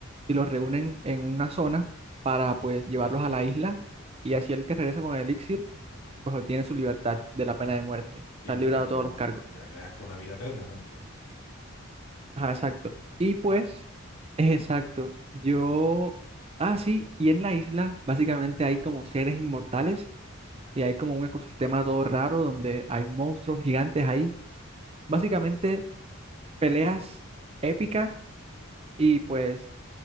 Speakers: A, on the right; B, on the left.
A: y los reúnen en una zona para pues llevarlos a la isla y así el que regresa con el elixir pues obtiene su libertad de la pena de muerte. Está
B: Sí, porque
A: librado
B: acá,
A: de todos los cargos.
B: ya quedas con la vida eterna, ¿no? Entonces-
A: Ajá, exacto. Y pues, exacto, yo... Ah, sí, y en la isla básicamente hay como seres inmortales y hay como un ecosistema todo raro donde hay monstruos gigantes ahí. Básicamente peleas épicas y pues